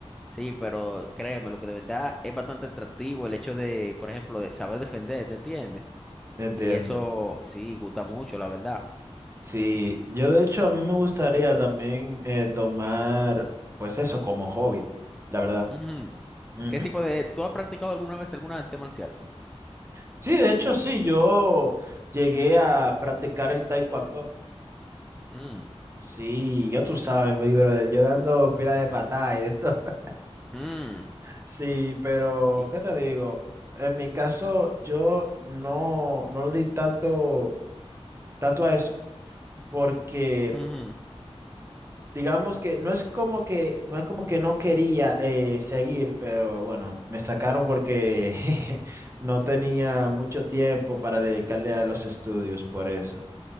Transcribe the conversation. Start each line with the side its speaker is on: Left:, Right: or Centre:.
Centre: Sí, pero créeme, lo que de verdad es bastante atractivo el hecho de, por ejemplo, de saber defender, ¿te entiendes?
Right: entiendo.
Centre: Y eso sí, gusta mucho, la verdad.
Right: Sí, yo de hecho a mí me gustaría también eh, tomar, pues eso, como hobby, la verdad.
Centre: Ujú.
Right: Ujú.
Centre: ¿Qué tipo de... ¿Tú has practicado alguna vez alguna arte marcial?
Right: Sí, de hecho sí, yo llegué a practicar el taekwondo.
Centre: Mm,
Right: Sí, ya tú sabes, mi brother, yo dando pila de patada y de esto. <laughs>
Centre: mm,
Right: Sí, pero
Centre: y-
Right: ¿qué te digo? En mi caso, yo no, no le di tanto, tanto a eso, porque
Centre: ujú.
Right: digamos que no es como que no es como que no quería eh, seguir, pero bueno, me sacaron porque <laughs> no tenía mucho tiempo para dedicarle a los estudios, por eso.